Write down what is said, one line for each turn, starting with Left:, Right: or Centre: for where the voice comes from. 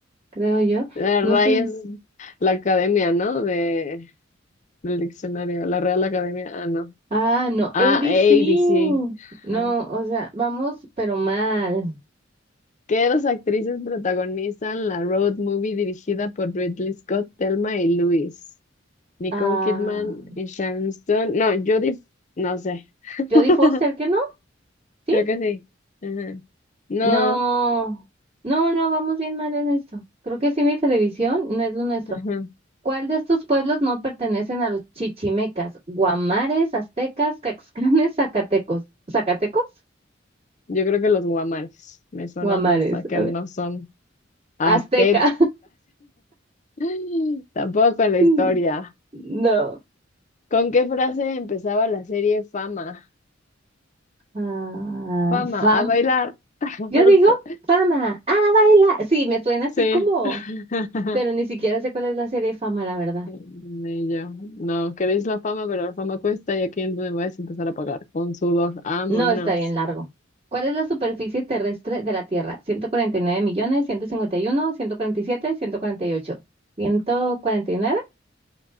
Right: creo yo.
Left: La
Right: No
Left: RAI
Right: sé.
Left: es la academia, ¿no? De, del diccionario, la Real Academia, ah, no.
Right: Ah, no,
Left: Ah,
Right: A B
Left: ABC.
Right: C No,
Left: Ajá.
Right: o sea, vamos, pero mal.
Left: ¿Qué dos actrices protagonizan la road movie dirigida por Ridley Scott, Thelma y Louise? Nicole
Right: Ah,
Left: Kidman y Sharon Stone. No, Judith, no sé. <laughs>
Right: Jodie Foster, ¿qué no? ¿Sí?
Left: Creo que sí. Ajá. No,
Right: No, no, no, vamos bien mal en esto. Creo que cine y televisión no es lo nuestro.
Left: ajá.
Right: ¿Cuál de estos pueblos no pertenecen a los chichimecas? Guamares, aztecas, caxcanes, zacatecos. ¿Zacatecos?
Left: Yo creo que los guamares me suena
Right: Guamares.
Left: más a que
Right: A
Left: no
Right: ver.
Left: son aztecas.
Right: Azteca.
Left: <laughs> Tampoco en la
Right: <laughs>
Left: historia.
Right: No.
Left: ¿Con qué frase empezaba la serie Fama?
Right: Ah,
Left: Fama,
Right: fam.
Left: a bailar. <laughs> No
Right: Yo digo
Left: sé.
Right: fama. Ah, baila. Sí, me suena así
Left: Sí.
Right: como,
Left: <laughs>
Right: pero ni siquiera sé cuál es la serie de fama, la verdad.
Left: Y yo, no, queréis la fama, pero la fama cuesta y aquí es donde vais a empezar a pagar. Con sudor, vámonos.
Right: No, está bien largo. ¿Cuál es la superficie terrestre de la Tierra? 149 millones, 151, 147, 148. ¿149?